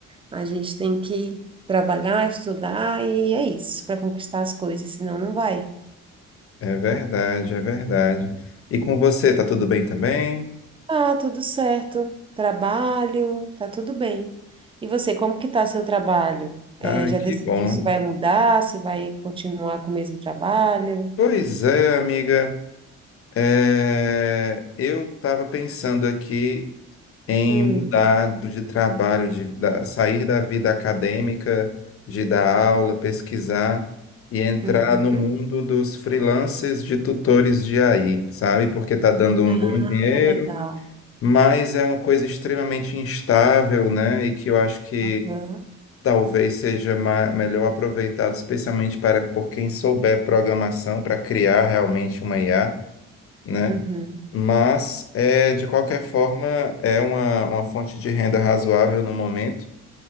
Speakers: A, on the right; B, on the left.
A: A gente tem que trabalhar, estudar e é isso, para conquistar as coisas, senão não vai.
B: É verdade, é verdade. E com você, tá tudo bem também?
A: Ah, tudo certo. Trabalho, tá tudo bem. E você, como que tá seu trabalho?
B: Ai,
A: Eh, já
B: que
A: decidiu
B: bom.
A: se vai mudar, se vai continuar com o mesmo trabalho?
B: Pois é, amiga. É, eu estava pensando aqui em
A: Hum,
B: mudar do- de trabalho, de da- sair da vida acadêmica, de dar aula, pesquisar e entrar
A: uhum.
B: no mundo dos freelancers de tutores de AI, sabe? Porque está dando um
A: Ah,
B: bom dinheiro,
A: legal.
B: mas é uma coisa extremamente instável, né? E que eu acho que
A: Aham.
B: talvez seja ma- melhor aproveitado, especialmente para por quem souber programação, para criar realmente uma IA. né?
A: Uhum.
B: Mas, é, de qualquer forma, é uma, uma fonte de renda razoável no momento.